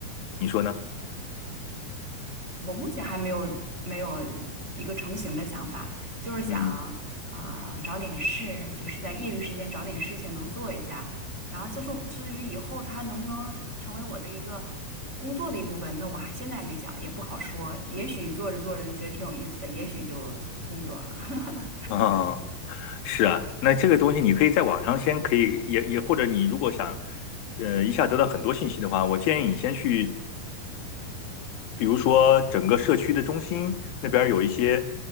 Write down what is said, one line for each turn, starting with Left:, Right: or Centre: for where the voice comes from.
Left: 你说呢？
Right: 我目前还没有没有一个成型的想法，就是想啊、
Left: 嗯
Right: 找点事，就是在业余时间找点事情能做一下。然后自从至于以后它能不能成为我的一个工作的一部分，那我还现在还没想，也不好说。也许做着做着就觉得挺有意思的，也许就工作了。<laughs>
Left: 啊，是啊，那这个东西你可以在网上先可以也也，或者你如果想呃一下得到很多信息的话，我建议你先去比如说整个社区的中心那边儿有一些，